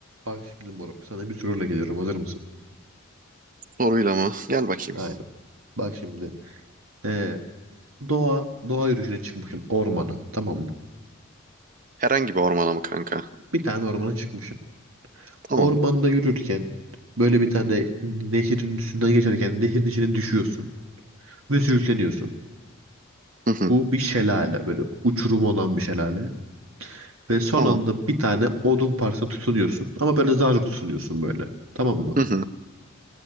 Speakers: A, on the right; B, on the right.
A: Bak şimdi moruk sana bir soruyla geliyorum hazır mısın?
B: Soruyla mı? Gel bakayım.
A: Aynen. Bak şimdi ee, doğa doğa yürüyüşüne çıkmışsın ormana tamam mı?
B: Herhangi bir ormana mı kanka?
A: Bir tane ormana çıkmışsın.
B: Tamam.
A: Ormanda yürürken böyle bir tane nehirin üstünden geçerken nehirin içine düşüyorsun ve sürükleniyorsun.
B: Hı hı.
A: Bu bir şelale böyle uçurum olan bir şelale. Ve son
B: Tamam.
A: anda bir tane odun parçasına tutunuyorsun ama böyle zar zor tutunuyorsun böyle tamam mı?
B: Hı hı.